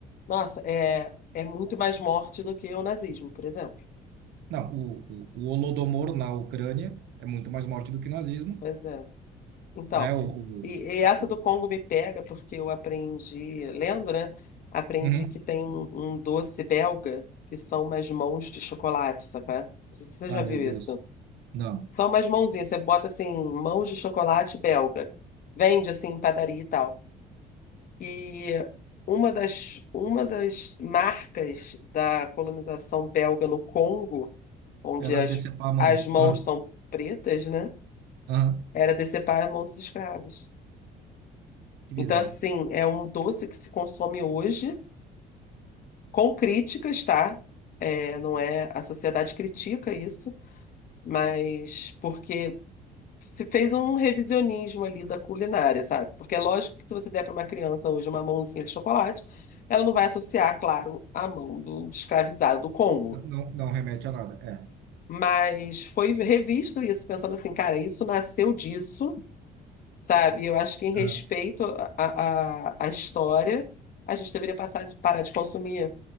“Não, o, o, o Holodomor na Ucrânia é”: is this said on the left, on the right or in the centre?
Right